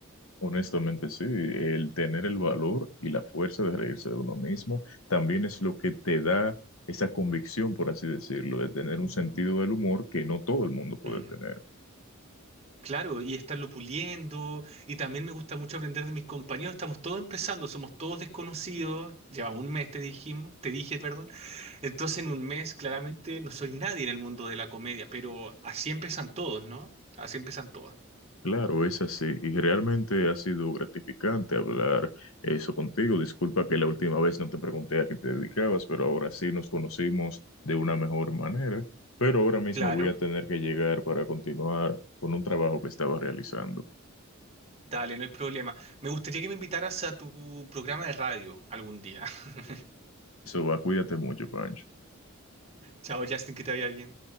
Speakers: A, on the left; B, on the right.
A: Honestamente, sí, el tener el valor y la fuerza de reírse de uno mismo también es lo que te da esa convicción, por así decirlo, de tener un sentido del humor que no todo el mundo puede
B: Mm.
A: tener.
B: Claro, y estarlo puliendo, y también me gusta mucho aprender de mis compañeros. Estamos todos empezando, somos todos desconocidos. Llevamos un mes, te dijimos, te dije, perdón. Entonces, en un mes, claramente no soy nadie en el mundo de la comedia, pero así empiezan todos, ¿no? Así empiezan todas.
A: Claro, es así, y realmente ha sido gratificante hablar eso contigo. Disculpa que la última vez no te pregunté a qué te dedicabas, pero ahora sí nos conocimos de una mejor manera. Pero ahora mismo
B: Claro.
A: voy a tener que llegar para continuar con un trabajo que estaba realizando.
B: Dale, no hay problema. Me gustaría que me invitaras a tu programa de radio algún día. <laughs>
A: Eso va, cuídate mucho, Pancho.
B: Chao, Justin, que te vaya bien.